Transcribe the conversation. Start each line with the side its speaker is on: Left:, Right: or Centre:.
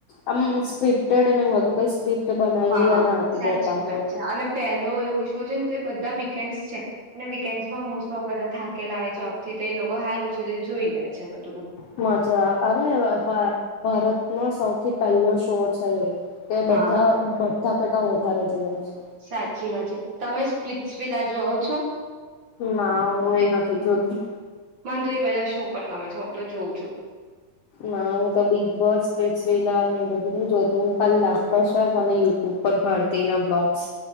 Left: આમ સ્ક્રિપ્ટડ નઈ હતું સ્ક્રિપ્ટ બનાવેલી
Right: હા
Left: અને આપી
Right: સાચી
Left: દેતા હોય
Right: વાત
Left: એટલે
Right: છે અને પેલો એવું શું છે ને તે બધા વીકેન્ડ છે. અને વીકેન્ડમાં મો બધા થાકેલા જો આપથી તે લોકો. તો હારું છે જે જોઈ લે છે બધું.
Left: મજા આવે અરે ભા ભારતનો સૌથી પહેલો શો છે એ. કે બધા
Right: હા
Left: બધા કેટલા વધારે જવાય છે.
Right: સાચી વાત છે તમે સ્પ્રિટ્સ વીલા જોઓ છો?
Left: ના હું એ નથી જોતી.
Right: મને તો એ બધા શો પણ ગમે છે હું તો જોઉં છું.
Left: ના હું તો બિગ બોસ, સ્પ્રિટ્સ વીલા એ બધું ન જોતી હું ખાલી લાફ્ટર શો ને યુટ્યુબ પર ભારતી એના વિલોગ્સ.